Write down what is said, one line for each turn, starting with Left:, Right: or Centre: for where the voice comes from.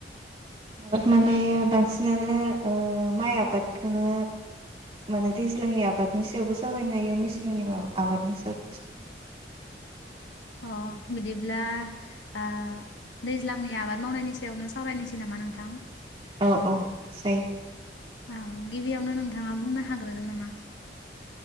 Right: आबाद माने बांसिनानो माइ ओ आबादखौनो माने दैज्लांनि आबादनि सायावबो सावरायनो हायो मेसेंनि आबादनि सायावबो सावरायनो
Left: अ बिदिब्ला ओ दैज्लांनि आबाद मावनायनि सायावनो सावरायनोसै नामा नोंथां
Right: औ औ जायो
Left: ओ गिबियावनो नोंथाङा बुंनो हाग्रोगोन नामा?